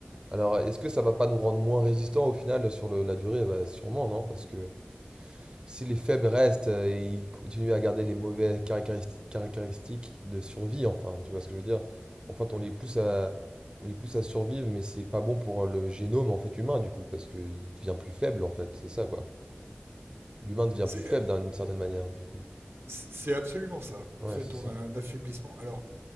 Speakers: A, on the right; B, on the right.
A: Alors est-ce que ça va pas nous rendre moins résistants au final sur le- la durée? Bah sûrement non, parce que Si les faibles restent, euh, ils continuent à garder les mauvaises caractéristiques, caractéristiques de survie, enfin, tu vois ce que je veux dire? En fait, on les pousse à, on les pousse à survivre, mais c'est pas bon pour le génome en fait humain du coup, parce qu'il devient plus faible en fait, c'est ça quoi. L'humain devient
B: C'est-
A: plus faible d'une certaine manière du coup.
B: C'est absolument ça. En
A: Ouais,
B: fait,
A: c'est ça.
B: on a un affaiblissement. Alors,